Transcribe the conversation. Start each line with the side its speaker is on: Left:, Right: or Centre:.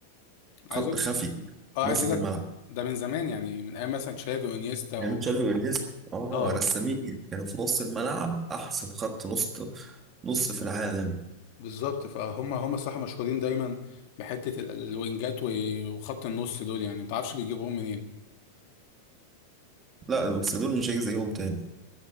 Left: عايز
Right: خط
Left: اقول
Right: خفي كده،
Left: اه
Right: ماسك
Left: عايز اقول لك
Right: الملعب
Left: ده من زمان يعني من ايام مثلا تشافي وانيستا
Right: يعني
Left: و...
Right: تشافي وإنيستا اه
Left: اه
Right: رسامين كانوا في نص الملعب أحسن خط نص نص في العالم
Left: بالظبط فهم هم صح مشهورين دايما بحتة ال- الوينجات و- وخط النص دول يعني ما تعرفش بيجيبوهم منين
Right: لا بس دول مش هيجي زيهم تاني